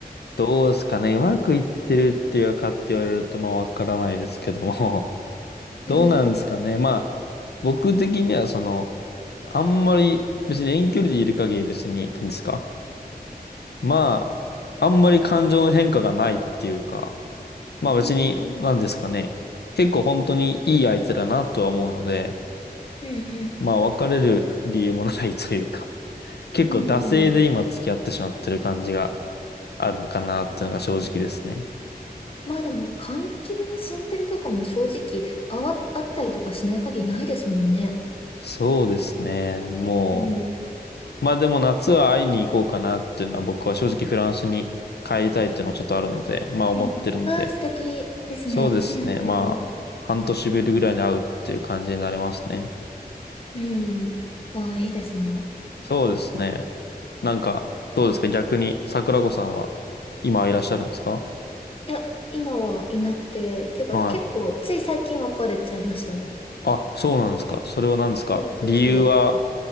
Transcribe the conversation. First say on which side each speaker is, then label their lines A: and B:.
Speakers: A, on the left; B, on the left.
A: どうですかね。うまくいってるっていうかって言われると、まあ、わからないですけども。<laughs> どうなんですかね。
B: うん。
A: まあ、僕的には、その、あんまり、別に遠距離でいる限り別に、何ですか。まあ、あんまり感情の変化がないっていうか、まあ別に、
B: うん。
A: なんですかね。結構本当にいい相手だなとは思うので、
B: うんうん。
A: まあ別れる理由もないというか、<laughs> 結構惰性で今付き合ってしまってる感じが
B: うんうん。
A: あるかなっていうのが正直ですね。
B: まあでも、関係の進展とかも正直、あわ、あったりとかしない限りないですもんね。
A: そうですね。も
B: うん。
A: う、まあでも夏は会いに行こうかなっていうのは僕は正直フランスに帰りたいっていうのもちょっとあるので、まあ思ってるので、
B: うん。ああ、素敵ですね。
A: そうですね。
B: うんうん
A: まあ半年ぶりぐらいに会うっていう感じになりますね。
B: うん。うん。ああ、いいですね。
A: そうですね。なんか、どうですか逆に、桜子さんは今いらっしゃるんですか
B: いや、今はいなくて、てか結構つい最近別れちゃいましたね。
A: はい。あ、そうなんですか。それは何ですか理由は、
B: そうそうそう。